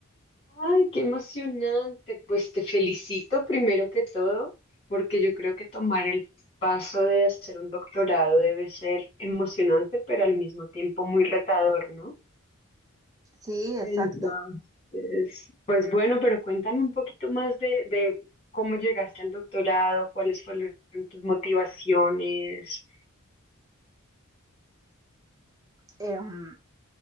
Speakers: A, on the left; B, on the right.
A: Ay, qué emocionante. Pues te felicito primero que todo, porque yo creo que tomar el paso de hacer un doctorado debe ser emocionante, pero al mismo tiempo muy retador, ¿no?
B: Sí, exacto.
A: Entonces, pues bueno, pero cuéntame un poquito más de, de cómo llegaste al doctorado, cuáles fueron tus motivaciones.
B: Em,